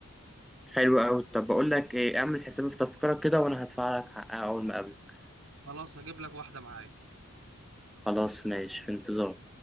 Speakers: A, in the centre; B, on the right.
A: حلو قوي طب بقول لك ايه اعمل حسابي في تذكره كده وانا هدفع لك حقها اول ما اقابلك
B: خلاص هجيب لك واحدة معايا
A: خلاص ماشي في انتظار